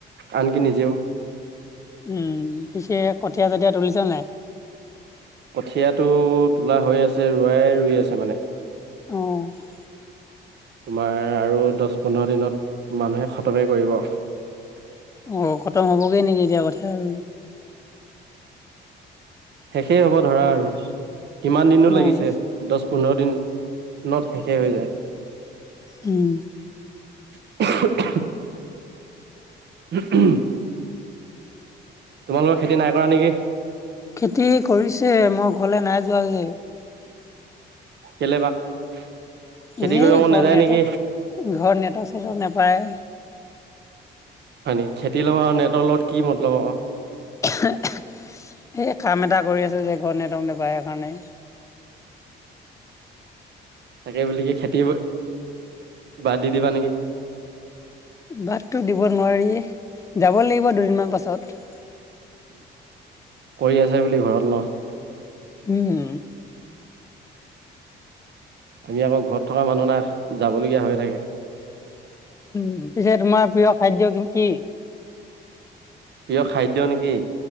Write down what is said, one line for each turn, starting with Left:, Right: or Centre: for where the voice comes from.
Right: আনকি নিজেও।
Left: উম পিছে কঠীয়া যতিয়া তুলিছা নাই।
Right: কঠিয়াটো তোলা হৈ আছে ৰোৱাই ৰুই আছে মানে।
Left: অঁ
Right: তোমাৰ আৰু দহ পোন্ধৰ দিনত মানুহে খতমেই কৰিব।
Left: অ খতম হবগৈ নেকি এতিয়া কঠিয়া ৰুই,
Right: শেষেই হ'ব ধৰা আৰু কিমান দিনো
Left: অঁ
Right: লাগিছে দহ, পোন্ধৰ দিনত ন শেষে হৈ যায়।
Left: উম
Right: <unintelligible> উ উম, তোমালোকৰ খেতি নাই কৰা নেকি।
Left: খেতি কৰিছে মই ঘৰলে নাই যোৱা যে।
Right: কেলে বা খেতি
Left: এনেই
Right: কৰিব মন
Left: ঘৰত
Right: নাযায়
Left: নেটৱৰ্ক
Right: নেকি।
Left: ঘৰত নেটক চেটক নাপায়।
Right: হয় নেকি খেতি লগত নেটৰ লগত কি মতলব আক,
Left: সে কাম এটা কৰি আছো যে ঘৰত নেটৱৰ্ক নেপাই সেই কাৰণে।
Right: তাকে বুলি কি খেতি বাদ দি দিবা নেকি।
Left: বাটটো দিব নোৱাৰি যাব লাগিব দুদিনমান পাছত।
Right: কৰি আছে বুলি ঘৰত ন।
Left: উম
Right: আমি আকৌ ঘৰত থকা মানুহ না যাবলগীয়া হৈ থাকে।
Left: উম পিছে তোমাৰ প্ৰিয় খাদ্য কি?
Right: প্ৰিয় খাদ্য নেকি।